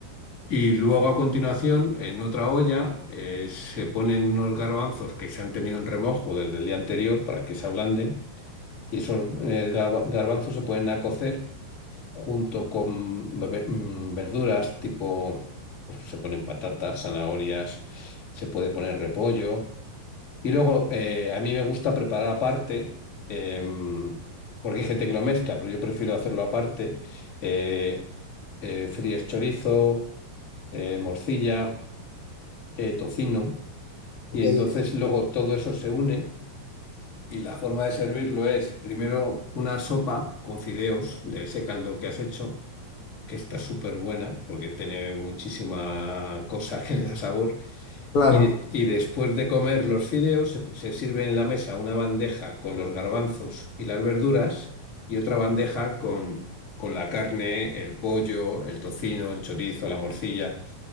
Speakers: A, on the left; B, on the left.
A: Y luego a continuación, en otra olla, eh, se ponen unos garbanzos que se han tenido en remojo desde el día anterior para que se ablanden. Y esos eh, garba- garbanzos se ponen a cocer junto con bebe- mm, verduras tipo, pues, se ponen patatas, zanahorias, se puede poner repollo. Y luego eh, a mí me gusta preparar aparte, em, porque hay gente que lo mezcla, pero yo prefiero hacerlo aparte. eh, eh, fríes chorizo, eh, morcilla, eh, tocino. Y
B: Ok,
A: entonces
B: ok,
A: luego todo eso se une. Y la forma de servirlo es primero una sopa con fideos de ese caldo que has hecho que está súper buena porque tiene muchísima cosa que <laughs> le da sabor.
B: claro,
A: Y, de- y después de comer los fideos, se, se sirve en la mesa una bandeja con los garbanzos y las verduras y otra bandeja con, con la carne, el pollo, el tocino, el chorizo, la morcilla.